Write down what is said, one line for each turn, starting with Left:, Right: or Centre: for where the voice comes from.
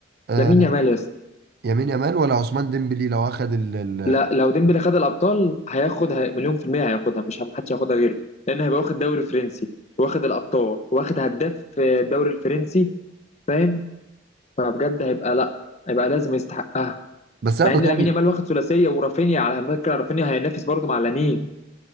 Right: آه
Left: لامين يامال يا اسطى
Right: يمين يامال ولا عثمان ديمبلي لو اخد ال... ال...
Left: لا لو ديمبلي خد الابطال هياخد هي... مليون في المية هياخدها مش هم- محدش هياخدها غيره لان هيبقى واخد دوري فرنسي واخد الابطال واخد هداف في الدوري الفرنسي فاهم فبجد هيبقى لا هيبقى لازم يستحقها
Right: بس انا
Left: مع ان
Right: صاحبي
Left: لامين يامال واخد ثلاثية ورافينيا على فكرة رافينيا هينافس برضه مع لامين